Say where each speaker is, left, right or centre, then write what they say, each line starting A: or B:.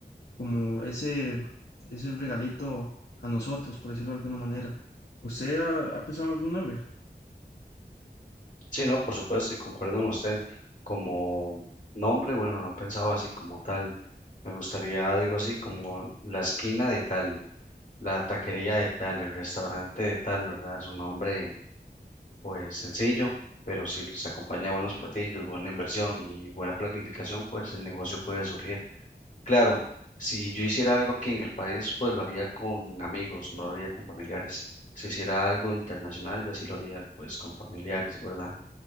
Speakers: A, on the left; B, on the left.
A: como ese, ese regalito a nosotros, por decirlo de alguna manera. ¿Usted ha, ha pensado en algún nombre?
B: Sí, no, por supuesto, y concuerdo con usted. Como nombre, bueno, no pensaba así como tal. Me gustaría algo así como la esquina de tal, la taquería de tal, el restaurante de tal, ¿verdad? Es un nombre, pues sencillo, pero si se acompaña a buenos platillos, buena inversión y buena planificación, pues el negocio puede surgir. Claro, si yo hiciera algo aquí en el país, pues lo haría con amigos, no lo haría con familiares. Si hiciera algo internacional, ya sí lo haría pues con familiares, ¿verdad?